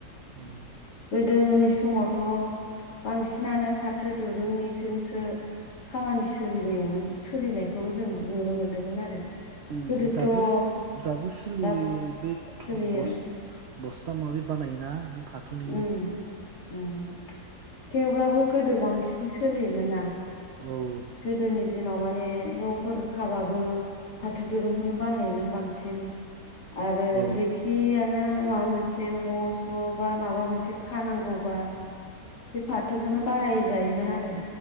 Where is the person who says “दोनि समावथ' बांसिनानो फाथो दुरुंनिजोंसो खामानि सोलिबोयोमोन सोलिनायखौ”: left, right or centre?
Left